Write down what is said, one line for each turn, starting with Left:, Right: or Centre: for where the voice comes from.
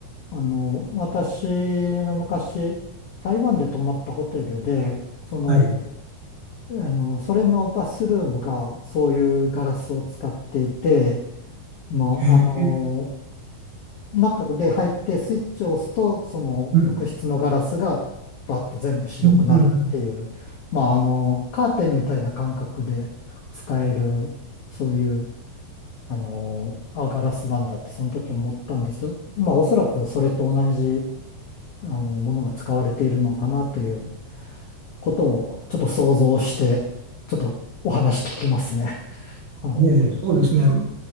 Left: あの、私が昔、台湾で泊まったホテルで、その、
Right: はい。
Left: あの、それのバスルームがそういうガラスを使っていて、もう、
Right: へえ
Left: あの、中で入ってスイッチを押すと、その浴室のガラスがバッと全部白くなるっていう、
Right: うん、うん、うん。うん
Left: まあ、あの、カーテンみたいな感覚で使える、そういう、あの、あ、ガラスなんだって、その時思ったんですけど、まあ、おそらくそれと同じあの、ものが使われているのかなということをちょっと想像して、ちょっとお話聞きますね。<laughs> はい。
Right: ええ、そうですね。ん